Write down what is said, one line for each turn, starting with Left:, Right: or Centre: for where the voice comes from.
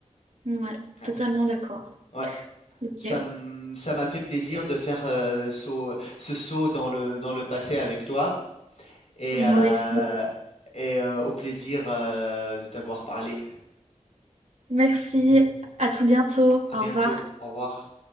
Right: ouais,
Left: Ouais,
Right: totalement d'accord.
Left: ouais.
Right: Ok,
Left: Ça m- ça m'a fait plaisir de faire euh, saut- ce saut dans le, dans le passé avec toi et,
Right: moi
Left: euh,
Right: aussi.
Left: et euh, au plaisir euh, de t'avoir parlé.
Right: Merci, à tout bientôt.
Left: À
Right: Au
Left: bientôt.
Right: revoir.
Left: Au revoir.